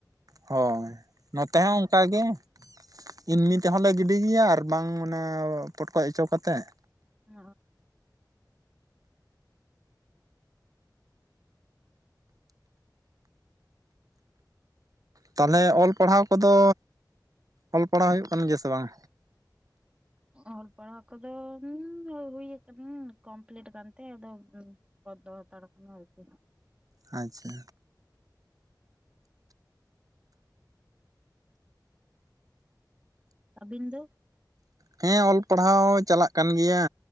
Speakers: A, on the right; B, on the right.
A: ᱦᱳᱭ ᱱᱚᱛᱮ ᱦᱚᱸ ᱚᱱᱠᱟᱜ ᱜᱮ ᱤᱤᱱᱢᱤ ᱛᱮᱦᱚᱸᱞᱮ ᱜᱤᱰᱤ ᱜᱮᱭᱟ ᱟᱨ ᱵᱟᱝ ᱢᱟᱱᱮ ᱯᱚᱴᱠᱚᱡ ᱚᱪᱚ ᱠᱟᱛᱮᱫ
B: ᱚ
A: ᱛᱟᱦᱚᱞᱮ ᱚᱞ ᱯᱟᱲᱦᱟᱣ ᱠᱚᱫᱚ ᱚᱞ ᱯᱟᱲᱦᱟᱣ ᱦᱩᱭᱩᱜ ᱠᱟᱱ ᱜᱮᱭᱟ ᱥᱮ ᱵᱟᱝ?
B: ᱚᱞ ᱯᱟᱲᱦᱟᱣ ᱠᱚᱫᱚ ᱦᱩᱭᱩ ᱟᱠᱟᱱᱟ ᱠᱚᱢᱯᱞᱤᱴ ᱠᱟᱱᱛᱮ ᱟᱫᱚ ᱯᱚᱫᱫᱚ ᱦᱟᱛᱟᱲᱠᱷᱟᱱᱟ ᱟᱨᱠᱤ
A: ᱟᱪᱪᱷᱟ
B: ᱟᱹᱵᱤᱱ ᱫᱚ
A: ᱦᱮᱸ ᱚᱞ ᱯᱟᱲᱦᱟᱣ ᱪᱟᱞᱟᱜ ᱠᱟᱱ ᱜᱮᱭᱟ